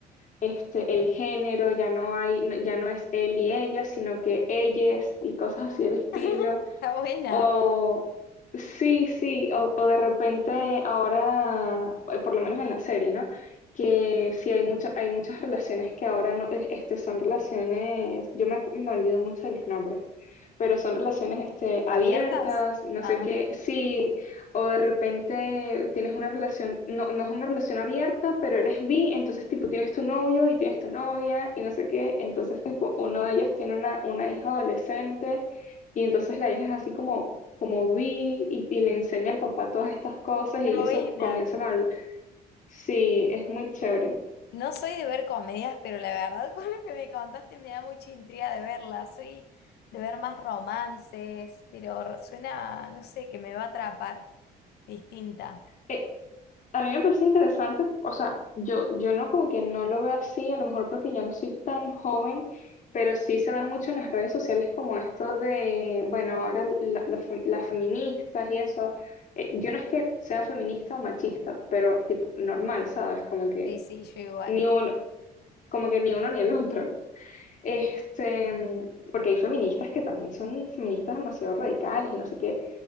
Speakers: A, on the left; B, on the left.
A: este, el género ya no hay, no- ya no es él y ella, sino que ellas y cosas así del estilo.
B: <laughs> Está buena.
A: O sí, sí, o, o de repente ahora, eh, por lo menos en la serie, ¿no? Que sí hay muchas, hay muchas relaciones que ahora no, es- este, son relaciones, yo me, acu- me olvido mucho de los nombres, pero son relaciones este, abiertas,
B: ¿Abiertas?
A: no
B: Ah,
A: sé qué, sí, o de repente tienes una relación, no, no es una relación abierta, pero eres bi, entonces tipo tienes tu novio y tienes tu novia y no sé qué, entonces tipo uno de ellos tiene una, una hija adolescente. Y entonces la hija es así como, como vi y, y le enseña al papá todas estas cosas y
B: está
A: ellos
B: buena.
A: se comienzan a... vol- Sí, es muy chévere.
B: No soy de ver comedias, pero la verdad <laughs> con lo que me contaste me da mucha intriga de verla. Soy de ver más romances, pero suena, no sé, que me va a atrapar. Distinta.
A: Eh, a mí me parece interesante, o sea, yo, yo no como que no lo veo así, a lo mejor porque ya no soy tan joven, pero sí se ve mucho en las redes sociales como esto de, bueno, ahora la- los fe- las feministas y eso. Eh, yo no es que sea feminista o machista, pero tipo normal, ¿sabes? Como que
B: Sí, sí, yo igual.
A: ni uno, como que ni uno ni el otro. Este, porque hay feministas que también son feministas demasiado radicales y no sé qué.